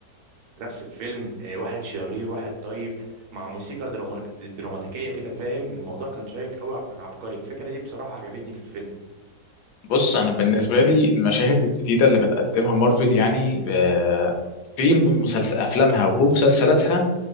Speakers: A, on the right; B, on the left.
A: في نفس الفيلم آه، واحد شرير واحد طيب مع موسيقى دراما دراماتيكية كده فاهم الموضوع كان شيق قوي كان عبقري الفكرة دي بصراحة عجبتني في الفيلم
B: بص انا بالنسبه لي المشاهد الجديده اللي بتقدمها مارفل يعني آه، في مسلسل افلامها ومسلسلاتها